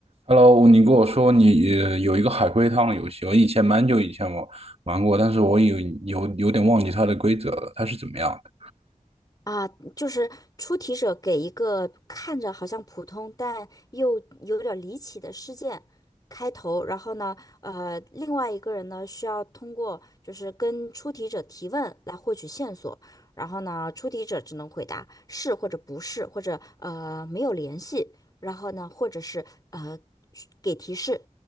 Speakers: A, on the right; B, on the left.
A: Hello，你跟我说你呃有一个海龟汤的游戏，我以前蛮久以前我玩过，但是我有有有点忘记它的规则了，它是怎么样的
B: 啊，就是出题者给一个看着好像普通但又有点儿离奇的事件开头，然后呢，呃，另外一个人呢需要通过就是跟出题者提问来获取线索，然后呢，出题者只能回答是或者不是，或者呃没有联系，然后呢，或者是呃给提示